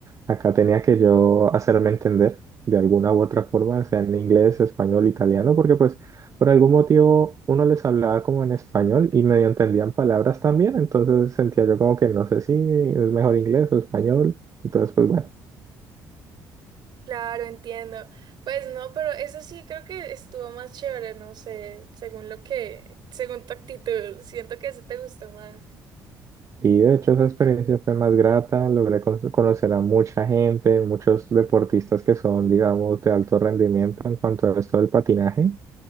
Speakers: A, on the right (about 40°); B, on the right (about 60°).
A: acá tenía que yo hacerme entender de alguna u otra forma, sea en inglés, español, italiano, porque pues por algún motivo uno les hablaba como en español y medio entendían palabras también, entonces sentía yo como que no sé si es mejor inglés o español. Entonces, pues bueno,
B: Claro, entiendo. Pues no, pero eso sí creo que estuvo más chévere, no sé, según lo que, según tu actitud, siento que ese te gustó más.
A: sí, de hecho esa experiencia fue más grata, logré con- conocer a mucha gente, muchos deportistas que son, digamos, de alto rendimiento en cuanto al resto del patinaje